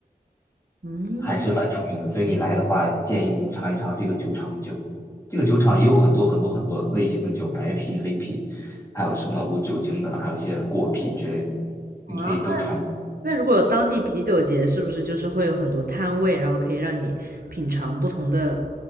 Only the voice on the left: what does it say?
还是蛮出名的。所以你来的话，建议你尝一尝这个酒厂的酒。这个酒厂也有很多很多很多类型的酒，白啤、黑啤，还有什么无酒精的，还有一些果啤之类的，
你可以都尝。